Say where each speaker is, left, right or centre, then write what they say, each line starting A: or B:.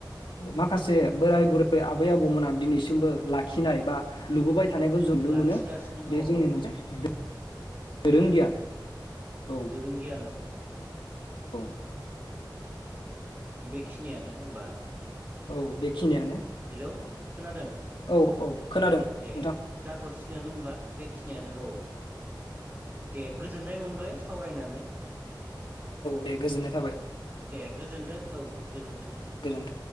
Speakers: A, on the left (about 85°); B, on the right (about 25°).
A: माखासे बोराय बुरै आबै आबौमोना दिनै बो लाखिनाय
B: मा
A: बा लुबोबाय थानायखौ जों नुनो
B: लाखिगासिनो
A: मोनो।
B: दङ
A: बे जोंनि
B: औ
A: मोनसे
B: औ
A: दोरों गियान औ
B: दुरुं गियान औ
A: औ
B: उम बेखिनियानो होमबा
A: औ बेखिनियानो
B: हेलौ खोनादों
A: औ औ खोनादों नोंथां
B: दे जाथ'सिगोन होनबा बेखि नि औ दे गोजोननाय मोन सावरायनानै औ
A: दे गोजोननाय थाबाय
B: दे गोजोनथों औ गोजोनथों दे
A: गोजोन्थों।
B: औ